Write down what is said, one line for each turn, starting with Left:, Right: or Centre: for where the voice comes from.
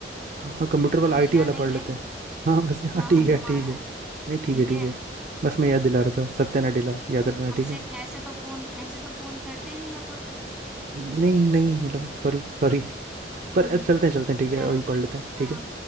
Right: हाँ कंप्यूटर वाला
Centre: मेरा
Right: आईटी वाला
Centre: नहीं
Right: पढ़
Centre: है
Right: लेते हैं हाँ बस हाँ
Centre: हाँ
Right: ठीक
Centre: हाँ
Right: है
Centre: तुम्हारा
Right: ठीक है
Centre: है
Right: नहीं ठीक
Centre: ठीक
Right: है ठीक
Centre: है
Right: है बस मैं याद दिला रहा था सत्या नडेला याद
Centre: हम्म,
Right: रखना
Centre: ऐसे
Right: ठीक है
Centre: ऐसे तो फोन ऐसे तो फोन करते नहीं हो तुम
Right: नहीं नहीं मतलब सॉरी सॉरी पर
Centre: हम्म,
Right: अब चलते हैं चलते हैं ठीक है
Centre: चलो
Right: अभी पढ़ लेते हैं
Centre: हाँ
Right: ठीक है